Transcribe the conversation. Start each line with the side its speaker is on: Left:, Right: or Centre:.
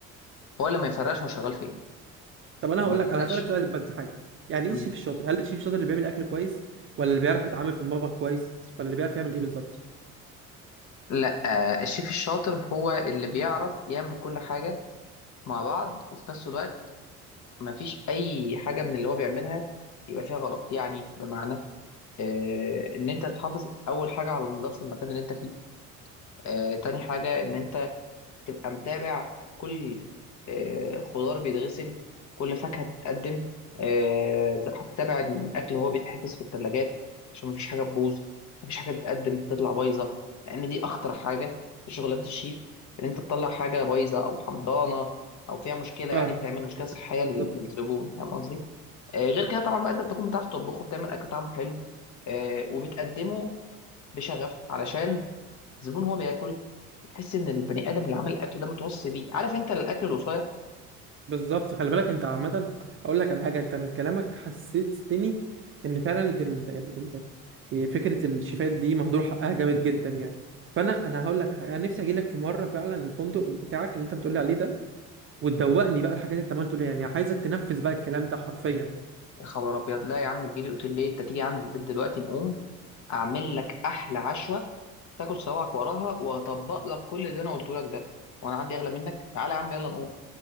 Left: هو اللي ما يفرقش هو شغال فين
Right: طب انا
Left: هو
Right: هقول
Left: ما يفرقش
Right: لك انا هسالك سؤال بس حاجه يعني
Left: مم.
Right: ايه الشيف الشاطر هل الشيف الشاطر اللي بيعمل اكل كويس ولا اللي بيعرف يتعامل في المطبخ كويس ولا اللي بيعرف يعمل ايه بالظبط
Left: لا آه، الشيف الشاطر هو اللي بيعرف يعمل كل حاجة مع بعض وفي نفس الوقت ما فيش أي حاجة من اللي هو بيعملها يبقى فيها غلط يعني بمعنى آه، ان انت تحافظ اول حاجه على نظافه المكان اللي انت فيه آه، تاني حاجه ان انت تبقى متابع كل آه، خضار بيتغسل كل فاكهه بتتقدم آه، هتتابع الاكل وهو بيتحفظ في الثلاجات عشان مفيش حاجه تبوظ مفيش حاجه تتقدم تطلع بايظه لان دي اخطر حاجه في شغلانه الشيف ان انت تطلع حاجه بايظه او حمضانه او فيها مشكله
Right: فاهم
Left: يعني تعمل
Right: فاهمك.
Left: مشكله صحيه
Right: بالظبط
Left: لل- للزبون فاهم قصدي آه، غير كده طبعا بقى انت بتكون بتعرف تطبخه بتعمل اكل طعمه حلو آه، وبتقدمه بشغف علشان الزبون هو بياكل يحس ان البني ادم اللي عامل الاكل ده متوصي بيه عارف انت الاكل الوصايه
Right: بالظبط خلي بالك انت عامة اقول لك على حاجة انت من كلامك حسستني ان فعلا ال... ال... ال... فكرة الشيفات دي مهدور حقها جامد جدا يعني فانا انا هقول لك على حاجة. انا نفسي اجي لك في مرة فعلا الفندق بتاعك اللي انت بتقولي عليه ده وتدوقني بقى الحاجات اللي انت عمال تقولي يعني عايزك تنفذ بقى الكلام ده حرفيا
Left: يا خبر ابيض لا يا عم تجيلي قلت ليه انت تيجي عندي البيت دلوقتي نقوم اعمل لك احلى عشوه تاكل صوابعك وراها وهطبق لك كل اللي انا قلته لك ده وانا عندي اغلى منك تعالى يا عم يلا نقوم